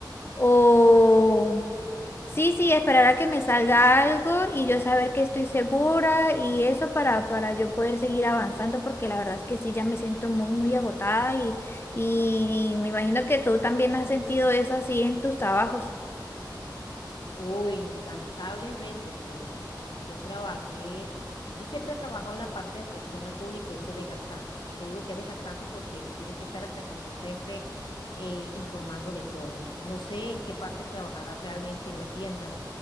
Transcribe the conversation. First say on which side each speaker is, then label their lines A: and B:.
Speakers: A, on the left; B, on the left.
A: o... Sí, sí, esperar a que me salga algo y yo saber que estoy segura y eso para, para yo poder seguir avanzando, porque la verdad es que sí, ya me siento muy, muy agotada y, y, y me imagino que tú también has sentido eso así en tus trabajos.
B: Uy, incansables veces, sudar. Yo trabajé, yo siempre he trabajado la parte de atención al público, y eso es desgastante. Te digo que es desgastante porque tienes que estar hasta con tu jefe eh, informándole todo. No sé en qué partes trabajarás realmente en la tienda,